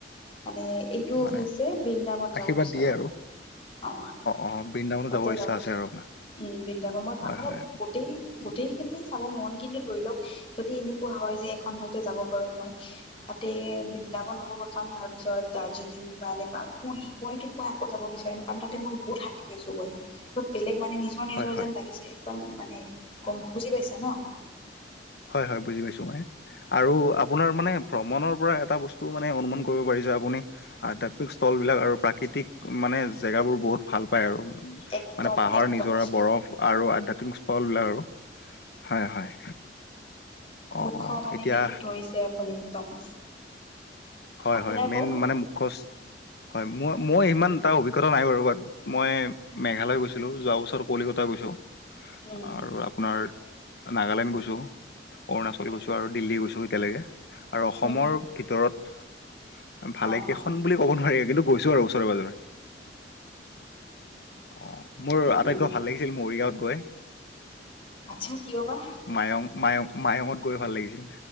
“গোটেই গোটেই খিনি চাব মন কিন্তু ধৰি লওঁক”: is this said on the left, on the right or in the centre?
Left